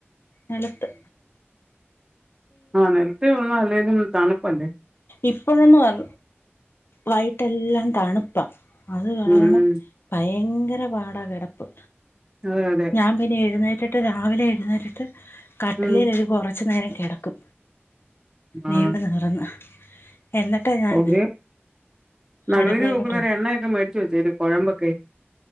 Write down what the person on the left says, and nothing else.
നെലത്ത്
ഇപ്പഴുന്നും വൈകിട്ട്ല്ലാം തണുപ്പ അത് കാരണം
ഭയങ്കര പാടാ കിടപ്പ്
ഞാൻ പിന്നെ എഴുന്നേറ്റിട്ട് രാവിലെ എഴുന്നേറ്റിട്ട് കട്ടിലേൽ
ഒരു കുറച്ചു നേരം കെടക്കും നീണ്ട്
നിവർന്ന് എന്നിട്ടാ ഞാൻ
അടുക്കളയിലോട്ട്
പോകുന്നത്